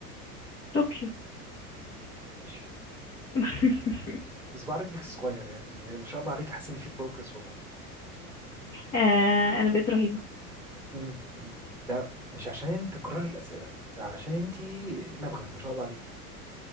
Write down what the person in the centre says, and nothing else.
ماشي
بصبع رجلك الصغير يعني ما شاء الله عليك حاسس ان في بروجرس والله
امم أمم. ده مش عشان انت تكرر الأسئلة ده علشان انت نابغة ما شاء الله عليك